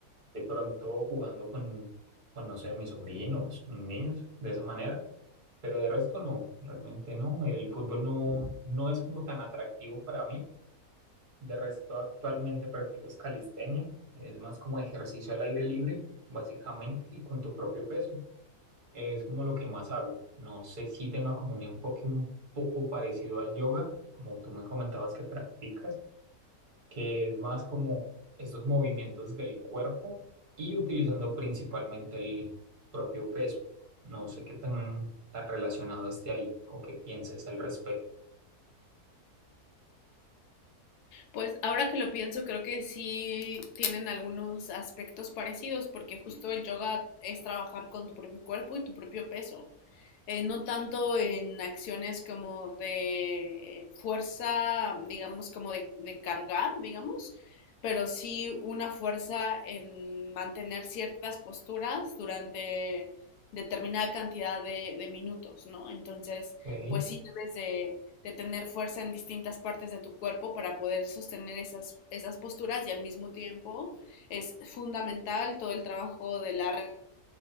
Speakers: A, on the right (about 45°); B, on the left (about 85°).
A: de pronto jugando con, con, no sé, mis sobrinos, mis niños, de esa manera. Pero de resto no, realmente no. El fútbol no, no es como tan atractivo para mí. De resto actualmente practico es calistenia. Es más como ejercicio al aire libre, básicamente, y con tu propio peso. Es como lo que más hago. No sé si tenga como un enfoque un poco parecido al yoga, como tú me comentabas que practicas que es más como estos movimientos del cuerpo y utilizando principalmente el propio peso. No sé qué tan, tan relacionado esté ahí o qué pienses al respecto.
B: Pues ahora que lo pienso, creo que sí tienen algunos aspectos parecidos, porque justo el yoga es trabajar con tu propio cuerpo y tu propio peso. eh, no tanto en acciones como de fuerza, digamos, como de, de cargar, digamos, pero sí una fuerza en mantener ciertas posturas durante determinada cantidad de, de minutos, ¿no? Entonces,
A: Ok.
B: pues sí debes de, de tener fuerza en distintas partes de tu cuerpo para poder sostener esas, esas posturas y al mismo tiempo es fundamental todo el trabajo de la